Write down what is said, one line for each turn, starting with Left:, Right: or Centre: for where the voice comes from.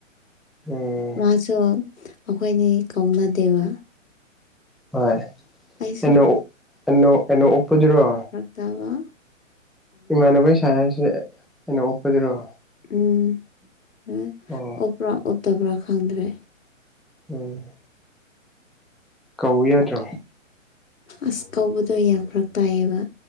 Centre: ꯎꯝ
Left: ꯃꯥꯁꯨ ꯑꯩꯈꯣꯏꯅꯤ ꯀꯧꯅꯗꯦꯕ
Centre: ꯍꯣꯏ
Left: ꯑꯩꯁꯨ
Centre: ꯑꯦꯅꯣꯛ ꯑꯦꯅꯣꯛ ꯎꯞꯄꯥꯗꯨꯔꯣ
Left: ꯇꯋꯥ
Centre: ꯏꯃꯥꯟꯅꯕꯩ ꯁꯥꯏ ꯍꯥꯏꯁꯦ ꯑꯩꯅꯣꯛ ꯎꯞꯄꯗꯨꯔꯣ
Left: ꯎꯝ ꯎꯝ
Centre: ꯑꯣ
Left: ꯑꯣꯞꯄ꯭ꯔꯥ ꯑꯣꯞꯇꯕ꯭ꯔꯥ ꯈꯪꯗ꯭ꯔꯦ
Centre: ꯎꯝ ꯀꯧ ꯌꯥꯗ꯭ꯔꯣ
Left: ꯑꯁ ꯀꯧꯕꯗꯣ ꯌꯥꯝ ꯐꯔꯛ ꯇꯥꯏꯌꯦꯕ